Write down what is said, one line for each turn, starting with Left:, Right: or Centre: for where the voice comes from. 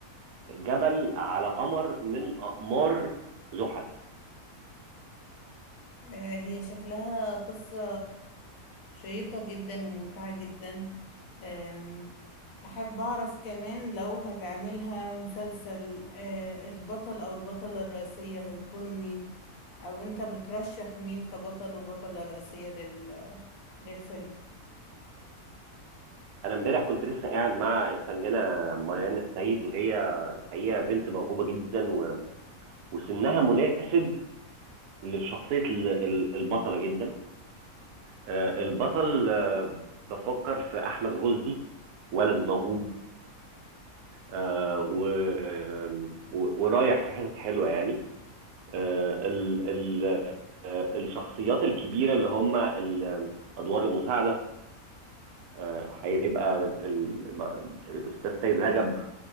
Right: جبل على قمر من أقمار زحل
Left: آه، هي شكلها قصة شيقة جدا وممتعة جدا آم، أحب أعرف كمان لو هتعملها مسلسل آه، البطل أو البطلة الرئيسية هيكونوا مين او انت بترشح مين كبطل وبطلة رئيسية لل... للفيلم
Right: أنا امبارح كنت لسه قاعد مع الفنانة ميان السيد وهي الحقيقة بنت موهوبة جدا و- وسنها مناسب لشخصية ال- ال- البطلة جدا آه، البطل آه، بفكر في أحمد غزدي ولد موهوب آه، و- و- ورايح في حتت حلوة يعني آه، ال ال آه، الشخصيات الكبيرة اللي هم ال- أدوار المساعدة آه، هيبقى ال- ب- الأستاذ سيد رجب